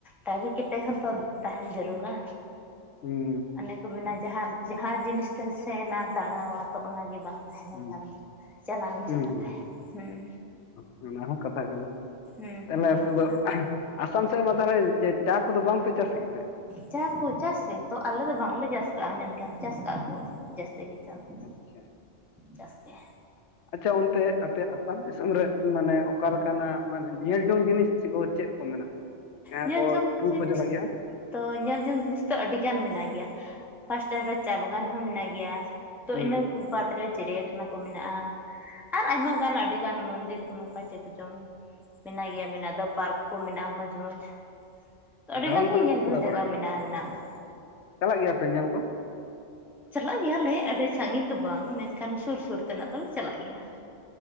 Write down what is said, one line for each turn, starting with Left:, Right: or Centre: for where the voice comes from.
Centre: ᱫᱟᱲᱮ ᱠᱟᱛᱮᱫ ᱦᱚᱸᱛᱚ ᱛᱟᱦᱮᱸᱱ ᱡᱟᱹᱨᱩᱲᱟ,
Left: ᱦᱩᱸ,
Centre: ᱚᱱᱮ ᱠᱚ ᱢᱮᱱᱟ ᱡᱟᱦᱟᱸ ᱡᱟᱦᱟᱸ ᱡᱤᱱᱤᱥ ᱛᱮ ᱥᱮᱱᱟ ᱫᱟᱬᱟ ᱛᱚ ᱚᱱᱟᱜᱮ ᱵᱟᱝ ᱛᱟᱦᱮᱸᱱᱟ
Left: ᱦᱩᱸ
Centre: ᱪᱟᱞᱟᱜ ᱟᱢ
Left: ᱦᱩᱸ
Centre: ᱪᱤᱠᱟᱛᱮ
Left: ᱦᱩᱸ
Centre: ᱦᱩᱸ
Left: ᱚᱱᱟ ᱦᱚᱸ ᱠᱟᱛᱷᱟ ᱠᱟᱱᱟ
Centre: ᱦᱮᱸ
Left: ᱛᱟᱦᱚᱞᱮ
Centre: ᱚᱱᱟ
Left: ᱟᱯᱮ
Centre: ᱠᱟᱛᱷᱟ
Left: ᱫᱚ, ᱟᱥᱟᱢ ᱥᱮᱫ ᱢᱟ ᱛᱟᱦᱚᱞᱮ ᱪᱟ ᱠᱚᱫᱚ ᱵᱟᱝᱯᱮ ᱪᱟᱥ ᱠᱮᱫ ᱛᱮ,
Centre: ᱪᱟ ᱠᱚ ᱪᱟᱥ ᱜᱮᱛᱚ ᱟᱞᱮ ᱫᱚ ᱵᱟᱝᱞᱮ ᱪᱟᱥ ᱠᱟᱜᱼᱟ ᱢᱮᱱᱠᱷᱟᱱ ᱪᱟᱥ ᱠᱟᱜᱼᱟ ᱠᱚ ᱡᱟᱹᱥᱛᱤ ᱜᱮ, ᱪᱟ ᱫᱚ
Left: ᱟᱪᱪᱷᱟ,
Centre: ᱪᱟᱥ ᱜᱮ
Left: ᱟᱪᱪᱷᱟ ᱚᱱᱛᱮ ᱟᱯᱮ ᱟᱥᱟᱢ ᱫᱤᱥᱚᱢ ᱨᱮ ᱢᱟᱱᱮ ᱚᱠᱟ ᱞᱮᱠᱟᱱᱟᱜ ᱢᱟᱱᱮ ᱧᱮᱞ ᱡᱚᱝ ᱡᱤᱱᱤᱥ ᱫᱚ ᱠᱚ ᱪᱮᱫ ᱠᱚ ᱢᱮᱱᱟᱜᱼᱟ, ᱡᱟᱦᱟᱸᱭ
Centre: ᱧᱮᱞ
Left: ᱠᱚ
Centre: ᱡᱚᱝ
Left: ᱴᱩᱨ
Centre: ᱡᱤᱱᱤᱥ
Left: ᱠᱚ ᱪᱟᱞᱟᱜ ᱜᱮᱭᱟ,
Centre: ᱛᱚ ᱧᱮᱞ ᱡᱚᱝ ᱡᱤᱱᱤᱥ ᱫᱚ ᱟᱹᱰᱤ ᱜᱟᱱ ᱢᱮᱱᱟᱜ ᱜᱮᱭᱟ ᱯᱷᱟᱥᱴ ᱴᱟᱭᱤᱢ ᱨᱮ ᱪᱟ ᱵᱟᱜᱟᱱ ᱦᱚᱸ ᱢᱮᱱᱟᱜ ᱜᱮᱭᱟ, ᱛᱚ
Left: ᱦᱩᱸ
Centre: ᱤᱱᱟᱹ ᱠᱚ ᱵᱟᱫᱽ ᱨᱮ ᱪᱤᱲᱭᱟᱠᱷᱟᱱᱟ ᱠᱚ ᱢᱮᱱᱟᱜᱼᱟ, ᱟᱨ ᱟᱭᱢᱟ ᱜᱟᱱ ᱟᱹᱰᱤᱜᱟᱱ ᱢᱚᱱᱫᱤᱨ ᱠᱚ ᱱᱚᱝᱠᱟ ᱪᱮᱫ ᱠᱚᱪᱚᱝ, ᱢᱮᱱᱟᱜ ᱜᱮᱭᱟ ᱢᱮᱱᱟᱜ ᱫᱚ ᱯᱟᱨᱠ ᱠᱚ ᱢᱮᱱᱟᱜᱼᱟ ᱢᱚᱸᱡᱽ ᱢᱚᱸᱡᱽ, ᱛᱚ ᱟᱹᱰᱤ
Left: ᱫᱟᱬᱟᱱ
Centre: ᱜᱟᱱ
Left: ᱠᱚᱫᱚ
Centre: ᱜᱮ ᱧᱮᱞ
Left: ᱯᱮ ᱪᱟᱞᱟᱣ
Centre: ᱡᱚᱝ ᱡᱟᱭᱜᱟ
Left: ᱵᱟᱲᱟᱜ ᱜᱮᱭᱟ
Centre: ᱢᱮᱱᱟᱜᱼᱟ ᱢᱮᱱᱟᱜ ᱫᱚ,
Left: ᱪᱟᱞᱟᱜ ᱜᱮᱭᱟ ᱯᱮ ᱧᱮᱞ ᱠᱚ,
Centre: ᱪᱟᱞᱟᱜ ᱜᱮᱭᱟᱞᱮ ᱟᱹᱰᱤ ᱥᱟᱺᱜᱤᱧ ᱫᱚ ᱵᱟᱝ ᱢᱮᱱᱠᱷᱟᱱ ᱥᱩᱨᱼᱥᱩᱨ ᱛᱮᱱᱟᱜ ᱫᱚᱞᱮ ᱪᱟᱞᱟᱜ ᱜᱮᱭᱟ,